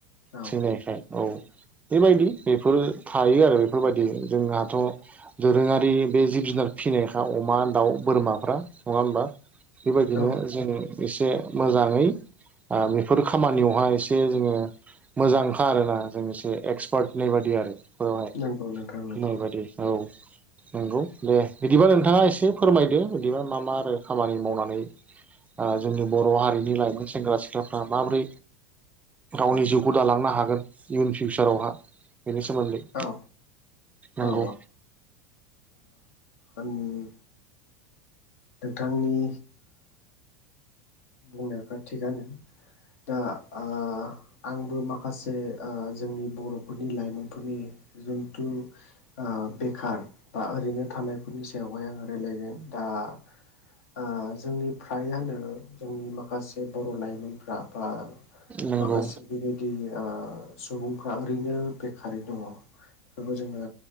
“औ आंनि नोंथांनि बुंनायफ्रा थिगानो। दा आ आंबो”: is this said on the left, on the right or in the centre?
Left